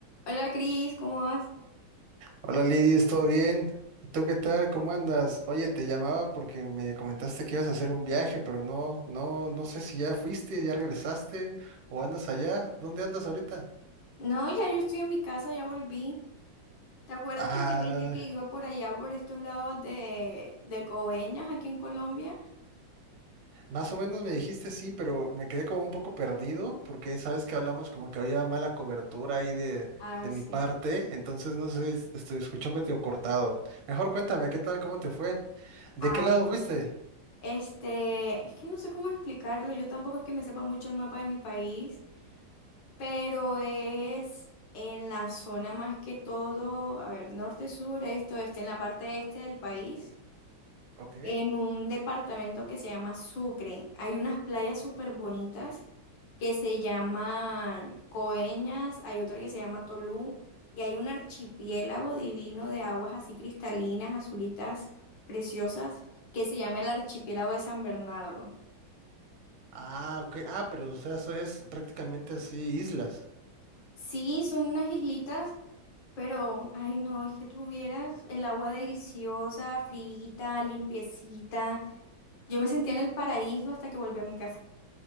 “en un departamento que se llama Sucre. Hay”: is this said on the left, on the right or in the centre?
Left